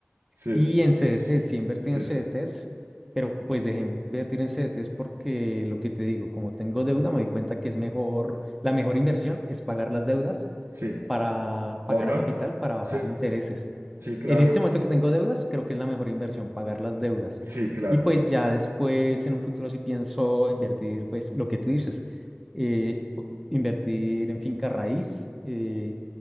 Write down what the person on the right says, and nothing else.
Sí,
sí,
sí.
Ahorrar.
Sí,
sí, claro.
Sí, claro.